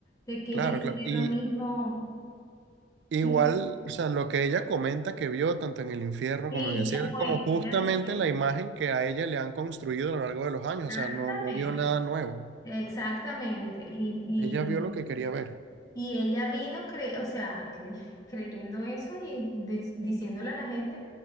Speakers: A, on the left (about 20°); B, on the right (about 80°).
A: De que
B: Claro,
A: es el
B: claro.
A: cerebro
B: Y,
A: mismo,
B: Igual,
A: es el-
B: o sea, lo que ella comenta que vio tanto en el infierno
A: sí,
B: como en el cielo
A: ya
B: es
A: fue,
B: como justamente
A: ya dice que
B: la imagen que a ella le han construido a lo largo de los años,
A: exactamente,
B: o sea, no, no vio nada nuevo.
A: exactamente, y, y,
B: Ella vio lo que quería ver.
A: y ella vino, cre- o sea, cre- creyendo eso y dis- diciéndole a la gente,